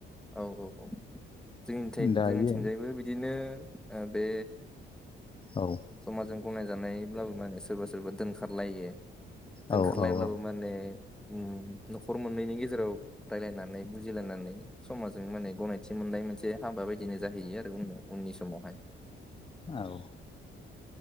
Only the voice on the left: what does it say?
दायो
औ
औ औ औ
औ